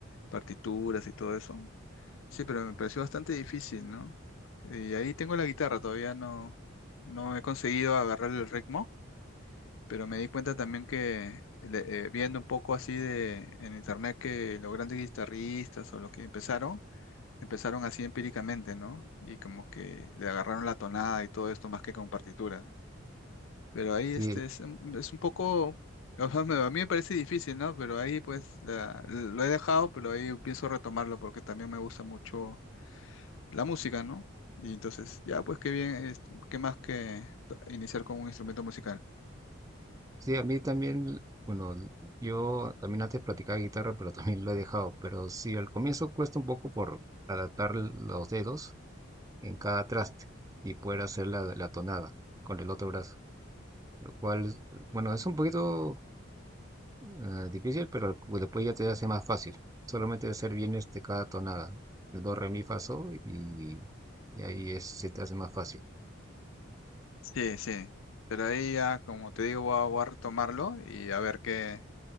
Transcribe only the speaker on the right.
Sí,
sí, a mí también, bueno, yo también antes practicaba guitarra, pero también lo he dejado, pero sí, al comienzo cuesta un poco por adaptar los dedos en cada traste y poder hacer la, la tonada con el otro brazo. Lo cual, bueno, es un poquito eh, difícil, pero pues, después ya te hace más fácil. Solamente hacer bien este, cada tonada. El do, re, mi, fa, sol y, y ahí es, se te hace más fácil.